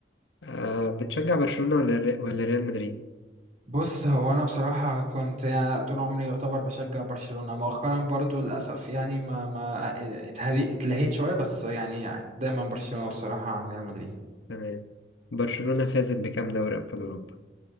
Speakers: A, on the left; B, on the right.
A: أه بتشجع برشلونة ولا ري- ولا ريال مدريد
B: بص هو انا بصراحه كنت يعني طول عمري يعتبر بشجع برشلونه مؤخرا برضو للاسف يعني ما ما اتهلي- اتلهيت شويه بس يعني دايما برشلونه بصراحه عن ريال مدريد
A: تمام برشلونة فازت بكام دوري أبطال أوروبا